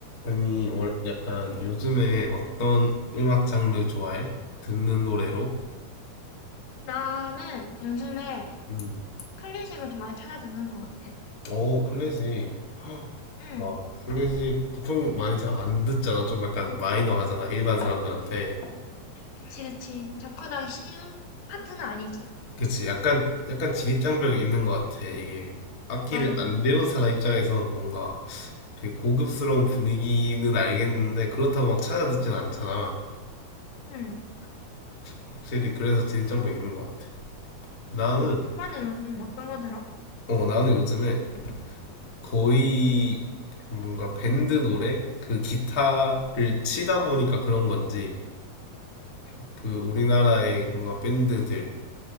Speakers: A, on the left (about 50°); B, on the left (about 80°).
A: 아니, 월, 약간 요즘에 어떤 음악 장르 좋아해? 듣는 노래로?
B: 나는 요즘에
A: 음.
B: 클래식을 좀 많이 찾아 듣는 것 같아.
A: 오, 클래식.
B: 응,
A: 와, 클래식 보통 많이 잘 안 듣잖아. 좀 약간 마이너 하잖아. 일반 사람들한테.
B: 그치, 그치. 접근하기 쉬운 파트는 아니지.
A: 그치. 약간, 약간 진입장벽이 있는 것 같아. 이게 악기를
B: 맞아.
A: 안 배운 사람 입장에선 뭔가 되게 고급스러운 분위기는 알겠는데 그렇다고 막 찾아 듣진 않잖아.
B: 응,
A: 확실히 그래서 진입장벽이 있는 것 같아. 나는,
B: 응. 오빠는 요즘 어떤 거 들어?
A: 어, 나는 요즘에 거의 뭔가 밴드 노래 그 기타를 치다 보니까 그런 건지
B: 응.
A: 그 우리나라의 뭔가 밴드들의